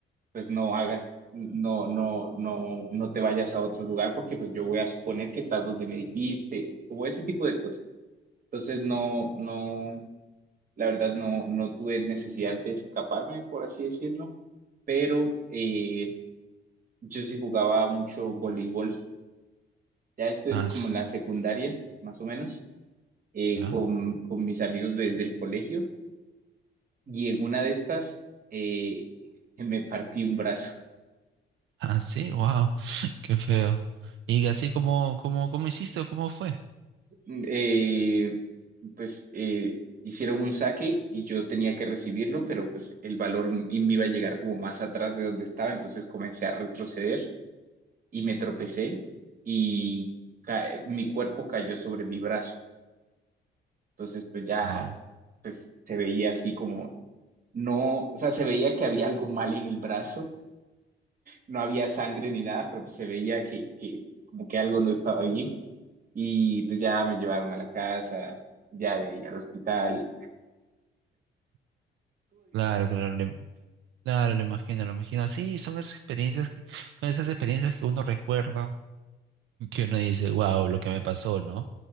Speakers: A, on the right; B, on the right.
A: pues no hagas, no, no, no, no te vayas a otro lugar porque pues yo voy a suponer que estás donde me dijiste, como ese tipo de cosas. Entonces no, no, la verdad no, no tuve necesidad de escaparme, por así decirlo, pero eh, yo sí jugaba mucho voleibol. Ya esto es
B: Ah,
A: como
B: sí,
A: en la secundaria, más o menos eh,
B: ya.
A: con, con mis amigos de- del colegio y en una de estas eh, <laughs> me partí un brazo.
B: Ah, sí, wow, <laughs> qué feo. Y así como, como, cómo hiciste o cómo fue.
A: Mm, Eh, pues eh, hicieron un saque y yo tenía que recibirlo, pero pues el balón y me iba a llegar como más atrás de donde estaba, entonces comencé a retroceder y me tropecé y ca- eh, mi cuerpo cayó sobre mi brazo. Entonces pues ya
B: Wow,
A: pues se veía así como no, o sea, se veía que había algo mal en el brazo no había sangre ni nada, pero pues se veía que, que como que algo no estaba allí y pues ya me llevaron a la casa, ya de ahí al hospital.
B: claro, claro, le- claro, lo imagino, lo imagino. Sí, son esas experiencias, que- son esas experiencias que uno recuerda. que uno dice, wow, lo que me pasó, ¿no?